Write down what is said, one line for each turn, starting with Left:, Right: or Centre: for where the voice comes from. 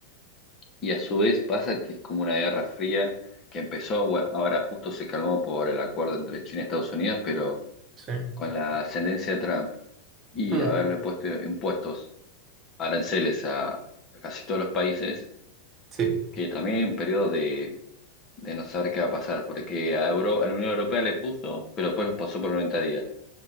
Left: Y a su vez pasa que es como una guerra fría que empezó, bueno, ahora justo se calmó por el acuerdo entre China y Estados Unidos, pero
Right: Sí.
Left: con la ascendencia de Trump y
Right: Mm.
Left: haberle puesto impuestos aranceles a, a casi todos los países,
Right: Sí,
Left: que también hay un periodo de, de no saber qué va a pasar, porque a, Euro, a la Unión Europea le puso, pero después los pasó por 90 días.